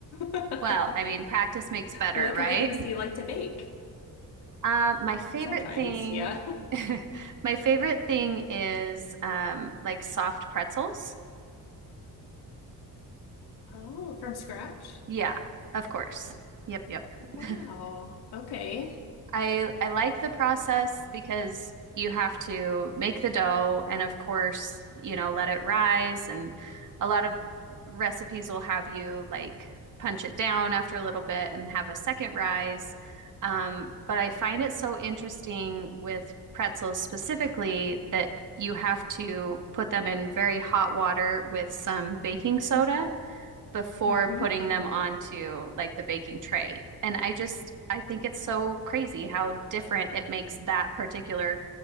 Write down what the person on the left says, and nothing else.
<laughs>
What
kind of things do you like to bake?
Sometimes,
yeah.
<laughs> Oh, from scratch?
Wow.
Okay.
Mm-hmm.